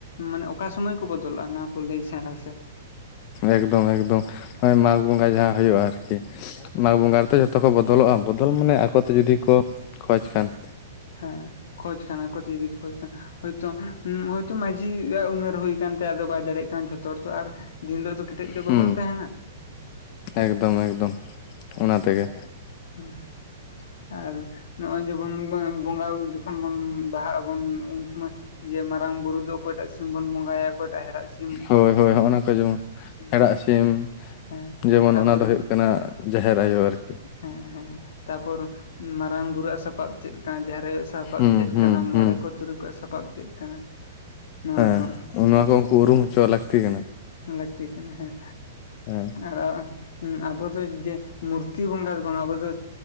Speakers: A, on the left; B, on the left.
A: ᱢᱟᱱᱮ ᱚᱠᱟ ᱥᱚᱢᱟᱹᱭ ᱠᱚ ᱵᱚᱫᱚᱞᱚᱜᱼᱟ, ᱱᱚᱣᱟ ᱠᱚ ᱞᱟᱹᱭ ᱥᱮᱸᱬᱟ ᱥᱮ ᱾
B: ᱮᱠᱫᱚᱢ ᱮᱠᱫᱚᱢ, ᱦᱳᱭ ᱢᱟᱜᱽ ᱵᱚᱸᱜᱟ ᱡᱟᱦᱟᱸ ᱦᱳᱭᱳᱜᱼᱟ ᱟᱨᱠᱤ, ᱢᱟᱜᱽ ᱵᱚᱸᱜᱟ ᱨᱮᱛᱚ ᱡᱚᱛᱚ ᱠᱚ ᱵᱚᱫᱚᱞᱚᱜᱼᱟ, ᱵᱚᱫᱚᱞ ᱢᱟᱱᱮ ᱟᱠᱚᱛᱮ ᱡᱩᱫᱤ ᱠᱚ ᱠᱷᱚᱡᱽ ᱠᱷᱟᱱ ᱾
A: ᱦᱮᱸ, ᱠᱷᱚᱡᱽ ᱠᱷᱟᱱ, ᱟᱠᱚᱛᱮ ᱡᱩᱫᱤ ᱠᱚ ᱠᱷᱚᱡᱽ ᱠᱷᱟᱱ ᱦᱳᱭᱛᱳ ᱦᱚᱳᱭᱛᱳ ᱢᱟᱹᱡᱷᱤᱭᱟᱜ ᱩᱢᱮᱨ ᱦᱩᱭ ᱠᱟᱱᱛᱟᱭᱟ ᱟᱫᱚ ᱵᱟᱭ ᱫᱟᱲᱮᱭᱟᱜ ᱠᱟᱱᱟ, ᱡᱷᱚᱛᱚ ᱦᱚᱲ ᱛᱚ ᱟᱨ ᱫᱤᱱ ᱦᱤᱞᱳᱜ ᱫᱚ ᱠᱮᱴᱮᱡ ᱫᱚ
B: ᱦᱩᱸ
A: ᱵᱟᱵᱚᱱ ᱛᱟᱦᱮᱱᱟ ᱾
B: ᱮᱠᱫᱚᱢ ᱮᱠᱫᱚᱢ, ᱚᱱᱟ ᱛᱮᱜᱮ
A: ᱦᱮᱸ ᱟᱨ ᱱᱚᱜᱼᱚᱭ ᱡᱮᱵᱚᱱ ᱵᱚᱸᱜᱟ ᱡᱚᱠᱷᱚᱱ ᱵᱚᱱ ᱵᱟᱦᱟ ᱟᱵᱚᱱ ᱩᱱ ᱥᱚᱢᱚᱭ ᱡᱮ ᱢᱟᱨᱟᱝ ᱵᱩᱨᱩ ᱫᱚ ᱚᱠᱚᱭᱴᱟᱜ ᱥᱤᱢ ᱵᱚᱱ ᱵᱚᱸᱜᱟᱭᱟ ᱚᱠᱚᱭᱴᱟᱜ ᱦᱮᱲᱟᱜ ᱥᱤ
B: ᱦᱳᱭ ᱦᱳᱭ ᱦᱚᱜᱼᱚ ᱱᱚᱝᱠᱚ ᱡᱮᱢᱚᱱ ᱦᱮᱲᱟᱜ
A: ᱦᱮᱸ
B: ᱥᱤᱢ
A: ᱦᱮᱸ
B: ᱡᱮᱢᱚᱱ
A: ᱛᱟᱯᱚᱨ
B: ᱚᱱᱟ ᱫᱚ ᱦᱳᱭᱳᱜ ᱠᱟᱱᱟ ᱡᱟᱦᱮᱨ ᱟᱭᱳ ᱟᱨᱠᱤ ᱾
A: ᱦᱮᱸ ᱦᱮᱸ ᱛᱟᱯᱚᱨ ᱢᱟᱨᱟᱝ ᱵᱩᱨᱩᱣᱟᱜ ᱥᱟᱯᱟᱵ ᱪᱮᱫ ᱠᱟᱱᱟ ᱡᱟᱦᱮᱨ ᱟᱭᱳ ᱥᱟᱯᱟᱵ
B: ᱦᱩᱸ
A: ᱪᱮᱫ
B: ᱦᱩᱸ
A: ᱠᱟᱱᱟ ᱢᱚᱬᱮ
B: ᱦᱩᱸ
A: ᱠᱚ ᱛᱩᱨᱩᱭ ᱠᱚᱣᱟᱜ ᱥᱟᱯᱟᱵ ᱪᱮᱫ ᱠᱟᱱᱟ ᱱᱚᱣᱟ
B: ᱦᱮᱸ
A: ᱠᱚ
B: ᱱᱚᱣᱟ ᱠᱚ ᱩᱱᱠᱩ ᱩᱨᱩᱢ ᱦᱚᱪᱚ ᱞᱟᱹᱠᱛᱤ ᱠᱟᱱᱟ
A: ᱞᱟᱹᱠᱛᱤ ᱠᱟᱱᱟ ᱦᱮᱸ
B: ᱦᱮᱸ
A: ᱟᱨ ᱟᱵᱚ ᱫᱚ ᱡᱮ ᱢᱩᱨᱛᱤ ᱵᱚᱸᱜᱟ ᱫᱚ ᱵᱟᱝ ᱟᱵᱚ ᱫᱚ